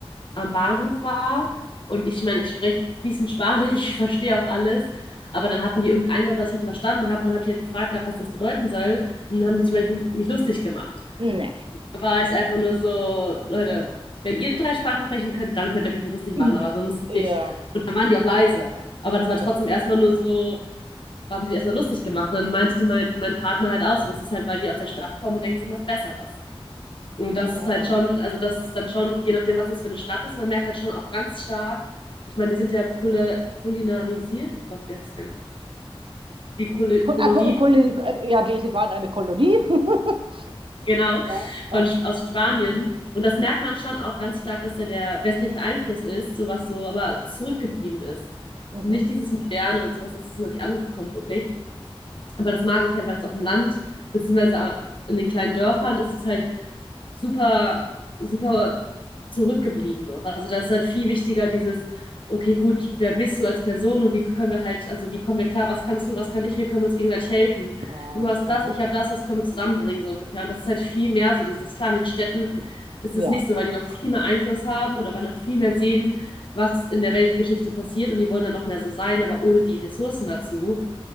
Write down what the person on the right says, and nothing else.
Nee.
Mhm.
Ja,
okay.
Ah.
Ko-
ah, Ko- Kolonie, äh, ja, die, sie waren eine Kolonie. <laughs>
Ja,
aha.
Mhm.
Mhm.
Ah,
aha.
Ja.